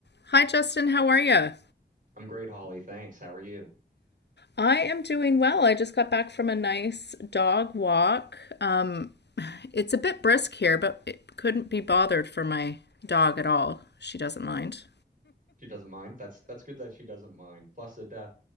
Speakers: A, on the left; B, on the right.
A: Hi, Justin. How are you?
B: I'm great, Holly. Thanks. How are you?
A: I am doing well. I just got back from a nice dog walk. Um, it's a bit brisk here, but it couldn't be bothered for my dog at all. She doesn't mind.
B: She doesn't mind. That's that's good that she doesn't mind. Plus, it uh,